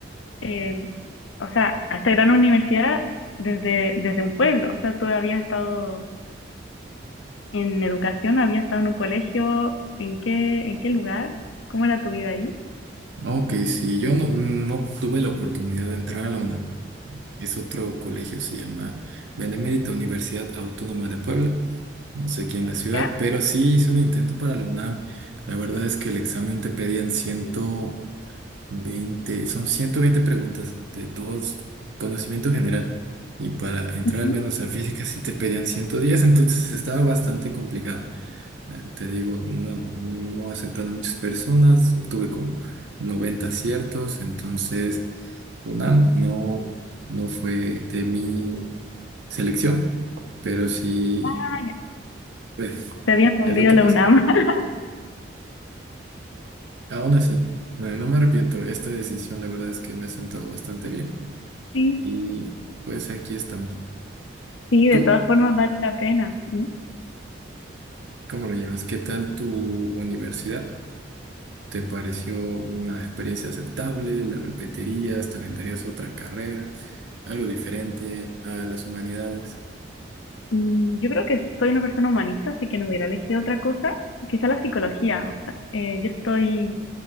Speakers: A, on the left; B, on the right.
A: eh, o sea, a esta gran universidad desde, desde un pueblo. O sea, tú habías estado en educación, habías estado en un colegio, ¿en qué, en qué lugar? ¿Cómo era tu vida ahí?
B: Ok, sí, yo no, no tuve la oportunidad de entrar a la UNAM. Es otro colegio, se llama Benemérita Universidad Autónoma de Puebla. No sé quién en la ciudad,
A: ¿Ya?
B: pero sí hice un intento para la UNAM. La verdad es que el examen te pedían ciento veinte, son 120 preguntas de dos conocimiento general. Y para entrar
A: Ujú.
B: al menos a física sí te pedían 110. entonces estaba bastante complicado. Eh, Te digo, no, no aceptaron muchas personas, tuve como 90 aciertos, entonces UNAM no, no fue de mi selección, pero sí,
A: Ah, ya.
B: pues,
A: Te habías hundido
B: es lo que
A: la
B: pasa.
A: UNAM. <laughs>
B: Aún así, eh, no me arrepiento, esta decisión la verdad es que me ha sentado bastante bien
A: Sí,
B: y pues aquí estamos.
A: sí, de
B: ¿Tú
A: todas formas vale la pena. Mm,
B: cómo lo llevas? ¿Qué tal tu universidad? ¿Te pareció una experiencia aceptable? ¿La repetirías? ¿Te aventarías otra carrera? ¿Algo diferente a las humanidades?
A: mm, Yo creo que soy una persona humanista, así que no hubiera elegido otra cosa, quizá la psicología. O sea, eh, yo estoy